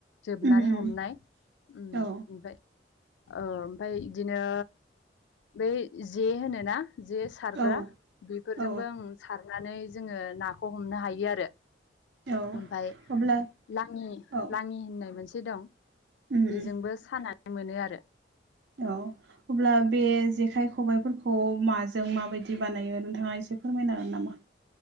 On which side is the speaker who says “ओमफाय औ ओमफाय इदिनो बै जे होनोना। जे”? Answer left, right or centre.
Left